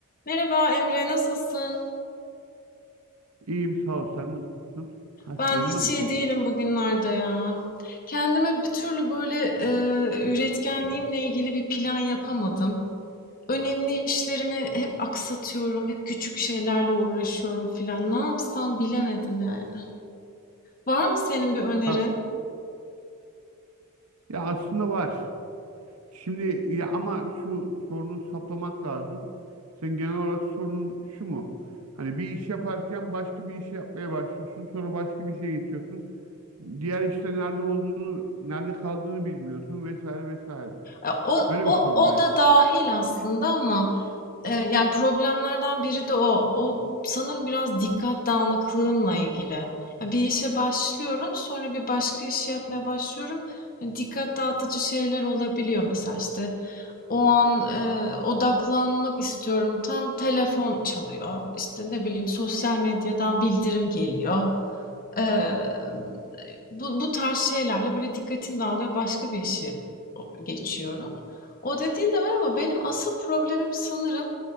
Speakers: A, on the left; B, on the right.
A: Merhaba Emre, nasılsın?
B: İyiyim sağ ol. Sen nasılsın? Her
A: Ben
B: şey yolunda
A: hiç
B: mı?
A: iyi değilim bugünlerde ya. Kendime bir türlü böyle e, üretkenliğimle ilgili bir plan yapamadım. Önemli işlerimi hep aksatıyorum, hep küçük şeylerle uğraşıyorum filan. Ne yapsam bilemedim yani. Var mı senin bir önerin?
B: Aa, ya aslında var. Şimdi ya ama şu sorunu saplamak lazım. Sen genel olarak sorunun şu mu? Hani bir iş yaparken başka bir işi yapmaya başlıyorsun. Sonra başka bir işe geçiyorsun. Diğer işte nerede olduğunu, nerede kaldığını bilmiyorsun vesaire vesaire.
A: E, O,
B: Böyle
A: o,
B: bir sorun
A: o
B: mu yaşıyorsun?
A: da dahil aslında ama Eee, yani problemlerden biri de o. O sanırım biraz dikkat dağınıklığımla ilgili. Ya bir işe başlıyorum, sonra bir başka işi yapmaya başlıyorum. Yani dikkat dağıtıcı şeyler olabiliyor mesela işte. O an eee, odaklanmak istiyorum. Tam telefon çalıyor. İşte ne bileyim sosyal medyadan bildirim geliyor. Eee, bu, bu tarz şeylerle böyle dikkatim dağılıyor. Başka bir işi o- geçiyorum. O dediğin de var ama benim asıl problemim sanırım